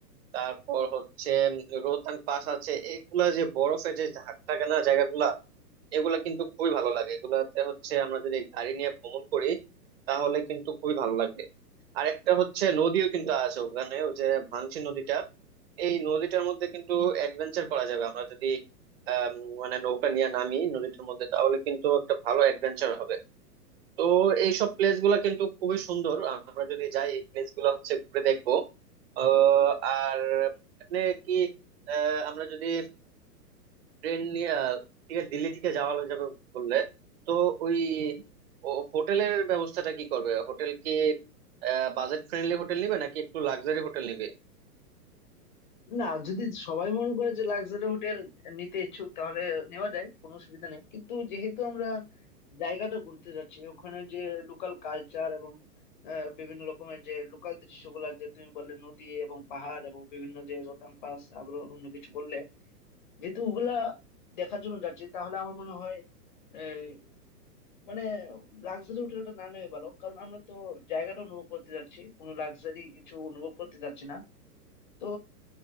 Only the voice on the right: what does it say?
তারপর হচ্ছে উম, রোহতাং পাস আছে এগুলা যে বরফে যে ঝাঁক থাকে না জায়গাগুলা এগুলা কিন্তু খুবই ভালো লাগে এগুলাতে হচ্ছে আমরা যদি গাড়ি নিয়ে ভ্রমণ করি তাহলে কিন্তু খুবই ভালো লাগবে আরেকটা হচ্ছে নদীও কিন্তু আছে ওখানে ওই যে ভাংসি নদীটা এই নদীটার মধ্যে কিন্তু অ্যাডভেঞ্চার করা যাবে আমরা যদি আম, মানে নৌকা নিয়ে নামি নদীটার মধ্যে তাহলে কিন্তু একটা ভালো অ্যাডভেঞ্চার হবে তো এইসব প্লেস গুলা কিন্তু খুবই সুন্দর আমরা যদি যাই এই প্লেস গুলা হচ্ছে ঘুরে দেখবো আহ, আর আপনি কি আহ, আমরা যদি ট্রেন নিয়ে আহ, ঠিক আছে, দিল্লি থেকে যাওয়া যাবে বললে তো ওই ও হোটেলের ব্যবস্থাটা কি করবে হোটেল কি বাজেট ফ্রেন্ডলি হোটেল নিবে নাকি একটু লাক্সারি হোটেল নিবে